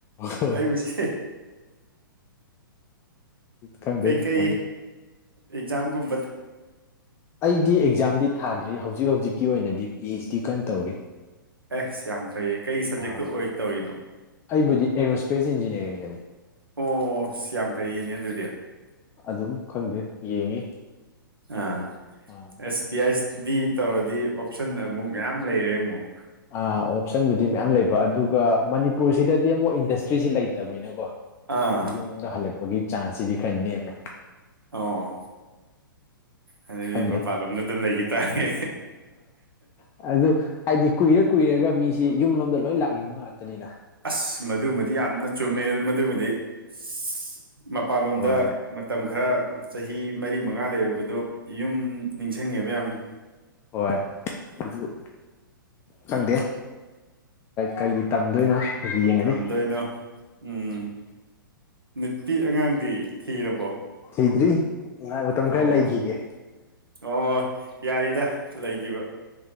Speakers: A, on the left; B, on the right.
A: ꯍꯣꯏ
B: ꯑꯩꯕꯨꯁ
A: ꯈꯪꯗꯦ
B: ꯀꯩꯀꯩ
A: ꯃꯅꯤ
B: ꯑꯦꯛꯖꯥꯝꯒꯨꯝ
A: ꯑꯩꯗꯤ ꯑꯦꯛꯖꯥꯝꯗꯤ ꯊꯥꯗ꯭ꯔꯤ ꯍꯧꯖꯤꯛ ꯍꯧꯖꯤꯛꯀꯤ ꯑꯣꯏꯅꯗꯤ ꯄꯤ ꯑꯩꯆ ꯗꯤ ꯀꯟꯅ ꯇꯧꯔꯤ
B: ꯑꯦꯁ ꯌꯥꯝ ꯐꯩꯌꯦ ꯀꯩ ꯁꯕꯖꯦꯛꯇ
A: ꯑꯥ
B: ꯑꯣꯏ ꯇꯧꯔꯤꯅꯣ
A: ꯑꯩꯕꯨꯗꯤ ꯑꯦꯔꯣꯁꯄꯦꯁ ꯏꯟꯖꯤꯅꯤꯌꯥꯔꯤꯡ
B: ꯑꯣ ꯁꯤ ꯌꯥꯝ ꯐꯩꯌꯦꯅꯦ ꯑꯗꯨꯗꯤ
A: ꯑꯗꯨꯝ ꯈꯪꯗꯦ ꯌꯦꯡꯉꯤ
B: ꯑꯥ
A: ꯑꯥ
B: ꯑꯦꯁ ꯄꯤ ꯑꯥꯏ ꯗꯤ ꯇꯧꯔꯗꯤ ꯑꯣꯞꯁꯟ ꯑꯃꯨꯛ ꯃꯌꯥꯝ ꯂꯩꯔꯦ ꯑꯃꯛ
A: ꯑ ꯑꯣꯞꯁꯟꯕꯨꯗꯤ ꯃꯌꯥꯝ ꯂꯩꯕ ꯑꯗꯨꯒ ꯃꯅꯤꯄꯨꯔꯁꯤꯗꯗꯤ ꯑꯃꯨꯛ ꯏꯟꯗꯁꯇ꯭ꯔꯤꯁꯤ ꯂꯩꯇꯕꯅꯤꯅꯀꯣ
B: ꯑꯥ
A: ꯌꯨꯝꯗ ꯍꯜꯂꯛꯄꯒꯤ ꯆꯥꯟꯁꯁꯤꯗꯤ ꯈꯔ ꯅꯦꯝꯃꯦ
B: ꯑꯣ ꯑꯗꯨꯗꯤ
A: ꯈꯪꯗꯦ
B: ꯃꯄꯥꯟꯂꯣꯝꯗ ꯑꯗꯨꯝ ꯂꯩꯈꯤ ꯇꯥꯔꯦ
A: ꯑꯗꯨ ꯍꯥꯏꯗꯤ ꯀꯨꯏꯔ ꯀꯨꯏꯔꯒ ꯃꯤꯁꯤ ꯌꯨꯝꯂꯣꯝꯗ ꯂꯣꯏ ꯂꯥꯛꯅꯤꯡꯕ ꯉꯥꯛꯇꯅꯤꯅ
B: ꯑꯁ ꯃꯗꯨꯃꯗꯤ ꯌꯥꯝꯅ ꯆꯨꯝꯃꯦ ꯃꯗꯨꯃꯗꯤ ꯑꯁ ꯃꯄꯥꯟꯂꯣꯝꯗ
A: ꯍꯣꯏ
B: ꯃꯇꯝ ꯈꯔ ꯆꯍꯤ ꯃꯔꯤ ꯃꯉꯥ ꯂꯩꯔꯨ ꯑꯗꯨ ꯌꯨꯝ ꯅꯤꯡꯁꯤꯡꯉꯦꯕ ꯌꯥꯝꯅ
A: ꯍꯣꯏ ꯑꯗꯨ ꯈꯪꯗꯦ ꯀꯔꯤ ꯇꯝꯗꯣꯏꯅꯣ ꯌꯦꯡꯉꯅꯤ
B: ꯇꯝꯗꯣꯏꯅꯣ ꯎꯝ ꯅꯨꯄꯤ ꯑꯉꯥꯡꯗꯤ ꯊꯤꯔꯕꯣ
A: ꯊꯗ꯭ꯔꯤ ꯉꯍ ꯃꯇꯝ
B: ꯑꯣ
A: ꯈꯔ ꯂꯩꯈꯤꯒꯦ
B: ꯑꯣ ꯌꯥꯔꯤꯗ ꯂꯩꯒꯤꯕ